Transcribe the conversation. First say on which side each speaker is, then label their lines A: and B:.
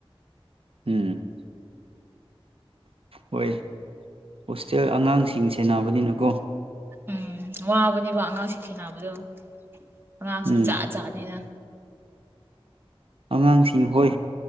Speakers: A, on the right; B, on the right.
A: ꯎꯝ ꯍꯣꯏ ꯍꯣꯁꯇꯦꯜ ꯑꯉꯥꯡꯁꯤꯡ ꯁꯦꯟꯅꯕꯅꯤꯅꯀꯣ
B: ꯎꯝ ꯋꯥꯕꯅꯦꯕ ꯑꯉꯥꯡꯁꯤꯡ ꯁꯦꯕꯗꯣ ꯑꯉꯥꯡꯁꯨꯖꯅꯤꯅ
A: ꯎꯝ ꯑꯉꯥꯡꯁꯤꯡ ꯍꯣꯏ